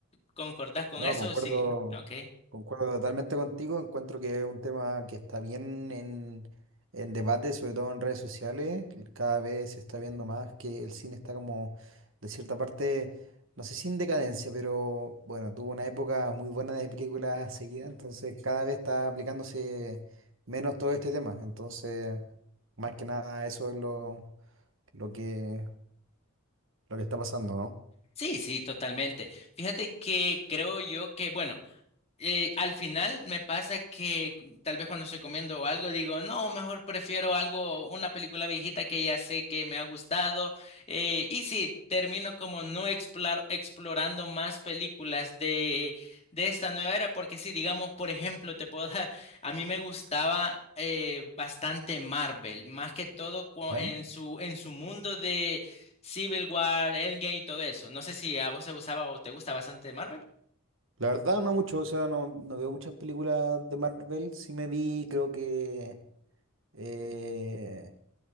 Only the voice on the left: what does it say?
concordás con
eso,
sí. Ok.
Sí, sí, totalmente. Fíjate que creo yo que, bueno, eh, al final me pasa que tal vez cuando estoy comiendo algo digo, no, mejor prefiero algo, una película viejita que ya sé que me ha gustado. eh, y sí, termino como no explar- explorando más películas de, de esta nueva era, porque si digamos, por ejemplo, te puedo <laughs> dar, a mí me gustaba eh, bastante Marvel, más que todo cua-
en su, en su mundo de Civil War, Endgame y todo eso. No sé si a vos te gustaba o te gusta bastante Marvel.